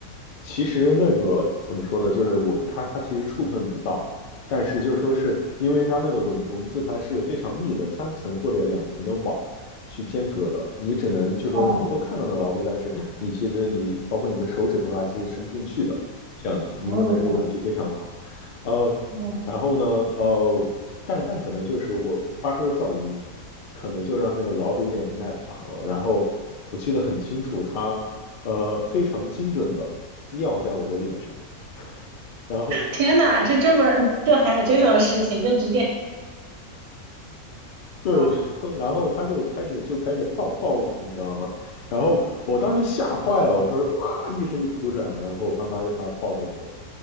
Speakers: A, on the left (about 65°); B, on the right (about 90°).
A: 其实那个怎么说呢？就是我它它其实触碰不到，但是就说是因为它那个笼笼子它是非常密的，三层或者两层的网去间隔的，你只能就说是能够看到那老虎，
B: 哦，
A: 但是你其实你包括你的手指头啊，其实伸不进去的这样子。
B: 嗯
A: 你问的这个问题非常好，呃，
B: 嗯，
A: 然后呢，呃，但但可能就是我发出的噪音，可能就让那个老虎有点不耐烦了。然后我记得很清楚，它呃非常精准的。尿在我的脸上，然后 <laughs>
B: 天呐，就这么就还有这种事情，就直接
A: 对，
B: 哇！
A: 然后然后他就开始就开始报报复，你知道吗？然后我当时吓坏了，我说哇一声就哭出来了，然后我爸妈就把他抱出去了。